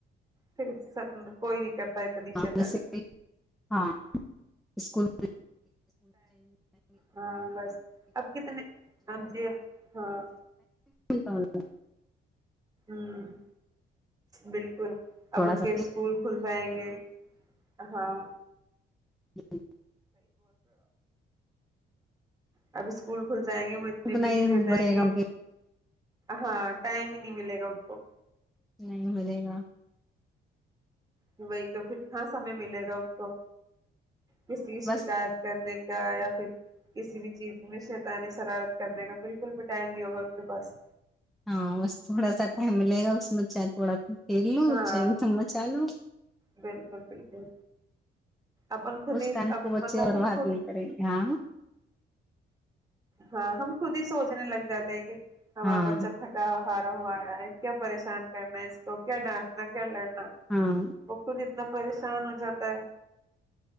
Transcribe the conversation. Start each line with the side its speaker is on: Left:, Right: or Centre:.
Right: پھر سب کوئی نہیں کرتا اتنی شیتاانی
Centre: جیسے ہاں اسکول میں
Right: ہاں بس اب کتنے اب ج ہاں
Centre: اتا ہوا <unintelligible>
Right: ہوں بالکل
Centre: تھوڑا
Right: اب ان
Centre: سا
Right: کے اسکول کھل جائیں گے ہاں
Centre: جی <unintelligible>
Right: ب اسک ک <unintelligible> جائیں گے وہ اتنے
Centre: اتنا
Right: بیت
Centre: ہی
Right: جل جائیں
Centre: بچے
Right: گے
Centre: گا
Right: ہاں ٹائم ہی نہیں ملے گا ان کو
Centre: نہی ملےگا
Right: وہی تو پھر کہاں سمے ملے گا ان کو کسی شکایت
Centre: بس
Right: کرنے کیا یا پھر کسی بھی چیز میں شیتانی شرارت کرنے کا بالکل بھی ٹائم نہیں ہوگا آ کے پاس
Centre: ہاں بس تھوڑا سا ٹائم ملے گا اس میں چاہید تھوڑا پلو
Right: ہاں
Centre: چاہ تم م چالو
Right: بالکل بالکل اپن خود
Centre: اس
Right: ہی
Centre: ٹائم
Right: اب
Centre: کو بچے
Right: مطلب
Centre: اوررباد
Right: ہم خود
Centre: نہیں کریں گے ہاں
Right: ہاں ہم خود ہی سوچنے لگ جاتے ہیں کہ ہمار
Centre: ہاں
Right: بچا تھاکا ہارا ہوا رہا ہے کیا پریشان کرنا ہے اس کو کیا ڈانٹنا کیا لڑنا
Centre: ہاں
Right: وہکلی <unintelligible> اتنا پریشان ہو جاتا ہے